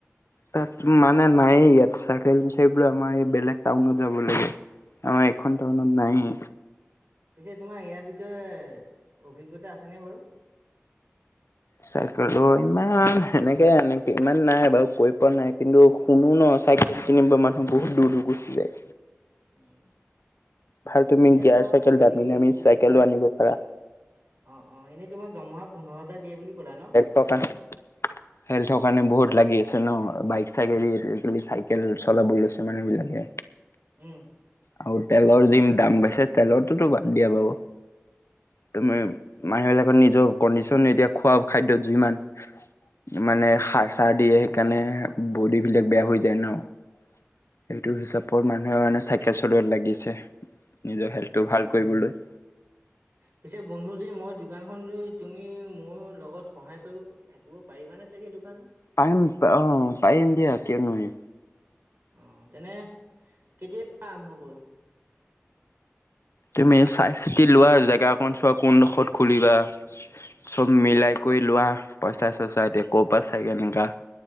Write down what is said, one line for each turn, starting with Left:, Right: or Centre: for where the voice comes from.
Left: তাত মানে নায় ইয়াত চাইকেল, চাই বো আমাৰ এই বেলেগ টাউনত যাব লাগে। আৰ এখন নাই।
Right: পিছে তোমাৰ ইয়াৰ ভিতৰত অভিজ্ঞতা আছেনে বাৰু।
Left: চাইকেল ইমান এনেকে এনে ইমান নাই বাৰু কৰি পোৱা নাই কিন্তু। কোনো ন চাইকেল কিনিব মানুহ বহুত দূৰূৰ গুচি যায়।
Right: উম।
Left: ভাল তুমি
Right: পিছে
Left: গিয়াৰ
Right: তোমাক
Left: চাইকেল
Right: হেৰি
Left: দামী দামী
Right: কি বুলি
Left: চাইকেলো
Right: কয়। অ',
Left: আনিব পাৰা।
Right: অ', এনেই তোমাক দমহা পোন্ধৰ হাজাৰিয়ে বুলি কলা ন।
Left: কপন হেল থৰ কাৰণে বহুত লাগি আছে ন বাইক চাগে চাইকেল চলাব লৈছে মানুহ বিলাকে। <inaudible>
Right: উম।
Left: আৰু তেলৰ যি দাম বাছে তেলটোতো বাদ দিয়া পাব। তমাৰ
Right: উম,
Left: মানুহবিলাকৰ নিজৰ কণ্ডিশন এতিয়া খোৱা খাদ্যয় যুইমান মানে সাৰ চাৰ দিয়ে সেইকাৰণে বড বিলাক বেয়া হৈ যায় ন। সেইটো হিচাপত মানুহে মানে চাইকেল চলোৱাত লাগিছে নিজৰ হেল্থটো
Right: অ'।
Left: ভাল কৰিবলৈ।
Right: পিছে বন্ধু যদি মই দোকানখন ই তুমি মোৰ লগত সহায় কৰিব। থাকিব পাৰিবানে চাগেই দোকানত।
Left: পাইম অ, পাইম দিয়া কিয় নোৱা
Right: অ, তেনে কেতিয়া আৰম্ভ কৰো।
Left: তুমি চাই, চাতি লোৱা জেগা অকন চোৱা কোনডোখৰত খুলিবা চব মিলাই কৰি লোৱা পইচা, চইচা এতিয়া ক'ৰবাত চাগে এনেকা